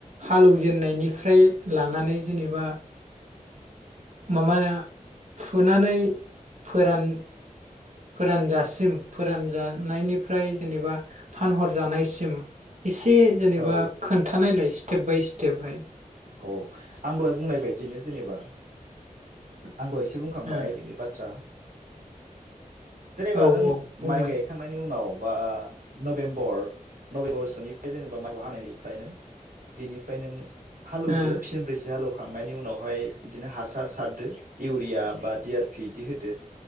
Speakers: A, on the right; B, on the right.
A: हालौव जेननायनिफ्राय लानानै जेनेबा माबा फुनानै फोरान फोरानजासिम फोरान जानायनिफ्राय जेनेबा फानहर जानायसिम। एसे जेनेबा
B: औ
A: खोन्था नायलाय। टेपबाय सिटेप बाय।
B: अ आं दहाय बुंनाय बायदिनो जेनेबा आं दहायसो बुंखांबाय
A: ओ
B: बिनि बाथ्रा जेनेबा
A: औ
B: नों
A: बुंबाय
B: माइ गायखांनायनि उनाव बा नभेम्बर नभेम्बरसोनिफ्राय जेनेबा माइखौ हानायनिफ्रायनो बेनिफ्राय नों हालौदो
A: ओ
B: फिसिनब्रैसो हालौ खांनायनि उनावहाय बिदिनो हासार सारदो इउरिया डि आर पि बिदि होदो